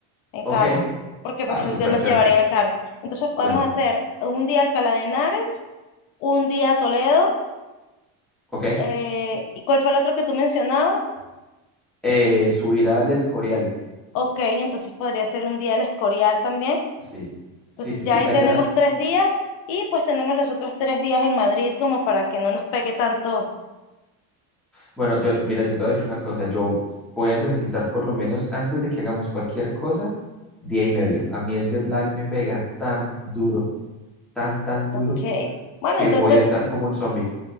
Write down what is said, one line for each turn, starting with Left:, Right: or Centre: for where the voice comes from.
Left: en
Centre: ok.
Left: carro, porque pues
Centre: Ah, súper
Left: él él nos
Centre: cerca,
Left: llevaría en el carro. Entonces podemos
Centre: claro.
Left: hacer un día Alcalá de Henares, un día Toledo
Centre: Ok.
Left: eh, ¿y cuál fue el otro que tú mencionabas?
Centre: Eh, subir al Escorial.
Left: Ok, entonces podría ser un día el Escorial también.
Centre: Sí, sí,
Left: Entonces
Centre: sí,
Left: ya
Centre: sí.
Left: ahí
Centre: Allá,
Left: tenemos tres días y pues tenemos los otros tres días en Madrid como para que no nos pegue tanto.
Centre: Bueno, yo, mira, yo te voy a decir una cosa, yo voy a necesitar por lo menos antes de que hagamos cualquier cosa, día y medio. A mí el jet lag me pega tan duro, tan, tan duro,
Left: Ok, bueno,
Centre: que
Left: entonces,
Centre: voy a estar como un zombie.